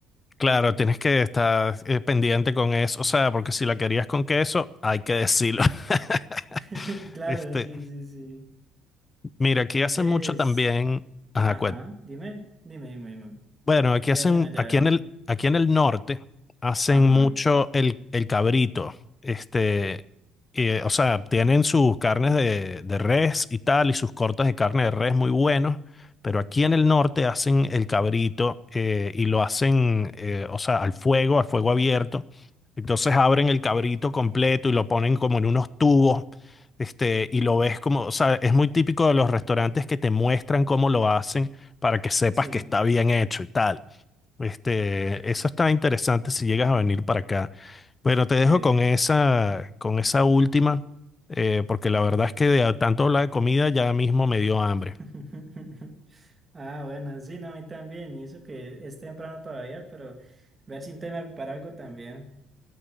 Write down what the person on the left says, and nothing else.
claro, tienes que estar eh, pendiente con eso, o sea, porque si la querías con queso, hay que decirlo. <laughs>
Este,
mira, aquí
hace mucho también, ajá,
Bueno, aquí
hacen,
aquí en el, aquí en el norte hacen
mucho el, el cabrito. Este, eh, o sea, tienen sus carnes de, de res y tal, y sus cortes de carne de res muy buenos, pero aquí en el norte hacen el cabrito eh, y lo hacen, eh, o sea, al fuego, al fuego abierto. Entonces abren el cabrito completo y lo ponen como en unos tubos. Este, y lo ves como, o sea, es muy típico de los restaurantes que te muestran cómo lo hacen para que sepas
que está bien hecho y tal. Este, eso está interesante si llegas a venir para acá. Pero te dejo
con esa, con esa última, eh, porque la verdad es que de a- tanto hablar de comida ya mismo me dio hambre.